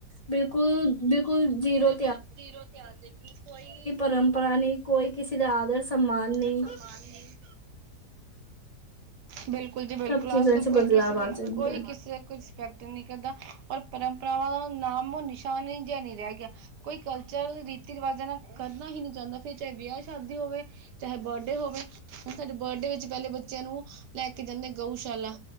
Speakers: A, on the left; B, on the right.
A: ਬਿਲਕੁਲ, ਬਿਲਕੁਲ ਜੀਰੋ
B: ਬਿਲਕੁਲ, ਜੀਰੋ ਤੇ ਆਜੇਗੀ, ਕੋਈ
A: ਪਰੰਪਰਾ ਨਹੀਂ, ਕੋਈ ਕਿਸੇ ਦਾ ਆਦਰ-ਸੱਮਾਨ ਨਹੀਂ।
B: ਸੱਮਾਨ ਨਹੀਂ ਬਿਲਕੁਲ ਜੀ, ਬਿਲਕੁਲ,
A: ਸਭ ਚੀਜ਼ਾਂ
B: ਅਜਕਲ
A: ਚ
B: ਕੋਈ
A: ਬਦਲਾਵ
B: ਕਿਸੇ ਦੀ,
A: ਆ ਜਾਣਗੇ
B: ਕੋਈ ਕਿਸੇ ਕੁ ਵਿਅਕਤ ਨੀ ਕਰਦਾ, ਔਰ ਪਰੰਪਰਾਵਾਂ ਦਾ ਨਾਮੋ-ਨਿਸ਼ਾਨ ਜਿਹਾ ਨੀ ਰਹਿ ਗਿਆ। ਕੋਈ ਕਲਚਰ, ਰੀਤੀ-ਰਿਵਾਜਾਂ ਨਾਲ ਕਰਨਾ ਹੀ ਨਹੀਂ ਚਾਂਹਦਾ, ਫਿਰ ਚਾਹੇ ਵਿਆਹ-ਸ਼ਾਦੀ ਹੋਵੇ, ਚਾਹੇ ਬਰ ਬਰਡੇ ਹੋਵੇ, ਹੁਣ ਸਾਡੇ ਬਰਡੇ ਵਿੱਚ ਪਹਿਲੇ ਬੱਚਿਆਂ ਨੂੰ ਲੈਕੇ ਜਾਂਦੇ, ਗਊਸ਼ਾਲਾ।